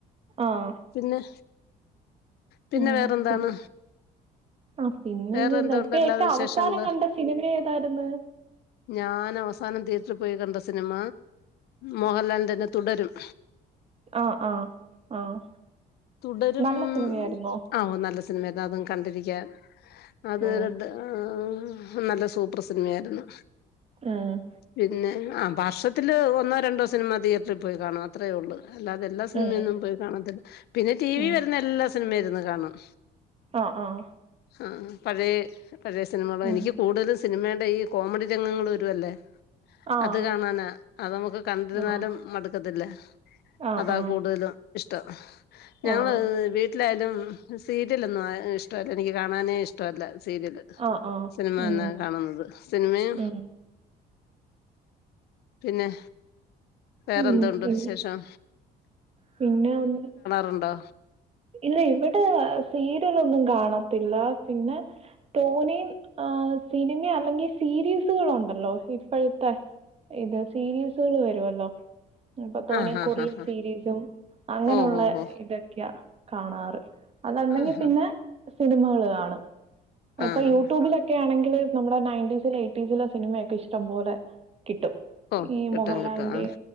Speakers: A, on the right; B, on the left.
A: ആഹ്
B: പിന്നെ പിന്നെ
A: ഉം
B: വേറെന്താണ്
A: പി ആ പിന്നൊന്നും
B: വേറെ
A: ഇല്ലാ
B: എന്തുണ്ട്
A: ഇപ്പ
B: അല്ലാതെ
A: ഏറ്റവും
B: വിശേഷങ്ങള്
A: അവസാനം കണ്ട സിനിമ ഏതായിരുന്ന്
B: ഞാൻ അവസാനം തിയറ്ററിൽ പോയി കണ്ട സിനിമ മോഹൻലാൽൻ്റെന്നെ തുടരും
A: ആഹ് ആഹ് ആഹ്
B: തുടരും
A: നല്ല സിനിമയായിരുന്നോ
B: ആ നല്ല സിനിമ ആണ് അതും കണ്ടിരിക് ക്കാൻ അത്
A: ഉം
B: ആ നല്ല സൂപ്പർ സിനിമയായിരുന്നു.
A: ഉം
B: പിന്നെ ആ വർഷത്തില് ഒന്നോ രണ്ടോ സിനിമ തിയറ്ററിൽ പോയി കാണും അത്രേ ഒള്ളൂ അല്ലാതെല്ലാ സിനിമയൊന്നും
A: ഉം
B: പോയി കാണത്തില്ല പിന്നെ ടി വി
A: ഉം
B: വരുന്ന എല്ലാം സിനിമ ഇരുന്ന് കാണും
A: ആഹ് ആഹ്
B: ആഹ് പഴയ പഴയ സിനിമകള
A: ഉം
B: എനിക് കൂടുതലും സിനിമയുടെ ഈ കോമഡി രംഗങ്ങൾ വരുവല്ലേ
A: ആഹ്
B: അത് കാണാനാ അത് നമുക്ക് കണ്ടിരുന്നാലും
A: ആഹ്
B: മടുക്കത്തില്ല
A: ആഹ്
B: അതാ
A: ആഹ്
B: കൂടുതലും ഇഷ്ടം ഞാൻ
A: ആഹ്
B: വെ വീ ട്ട് ലായാലും സീരിലൊന്നും ഇഷ്ട്ടോല്ല എനിക്ക് കാണാനേ ഇഷ്ട്ടോല്ല സീരിയല്
A: ആഹ് ആഹ്
B: സിനിമ
A: ഉം
B: തന്നാണ് കാണുന്നത് സിനിമയും
A: ഉം
B: പിന്നെ വേറെന്തുണ്ട്
A: ഉം പിന്നെ
B: വിശേഷം?
A: പിന്നെ ഒന്ന്
B: തുണ്ടോ
A: ഇല്ല ഇവിടെ സീരിയലൊന്നും കാണത്തില്ല പിന്നെ തോനിം ആ സിനിമ അല്ലെങ്കിൽ സീരീസുകളു ണ്ടല്ലോ ഇപ്പഴത്തെ ഇത് സീരീസുകൾ വരോല്ലോ ഇപ്പൊ തോനി
B: ആഹ് ഹാ
A: കൊറിയൻ
B: ഹാ ഹാ
A: സീരീസും അങ്ങനെയുള്ള
B: ഓഹ് ഹോ ഹോ
A: ഇതൊക്കെയാ ണാറ് അതല്ലെങ്ങി
B: ആഹ് ഹാ
A: പിന്നെ സിനിമ അത്കാണും
B: ആഹ്
A: ഇപ്പൊ യൂട്യൂബിലൊക്കെ ആണെ ല് നമ്മുടെ നയന്റ്റീസിൽ എയ്റ്റീസിലോ സിനിമയൊക്കെ ഇഷ്ടം പോലെ കിട്ടും
B: ഓഹ്
A: ഈ
B: കിട്ടും
A: മോഹൻലാലിന്റെ
B: കിട്ടും ആഹ്